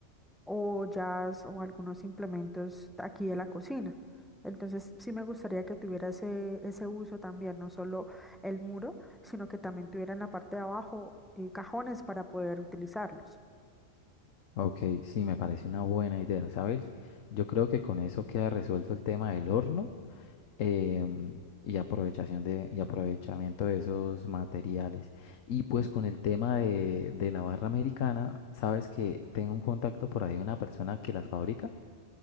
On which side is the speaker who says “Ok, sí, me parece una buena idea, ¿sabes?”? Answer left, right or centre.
Left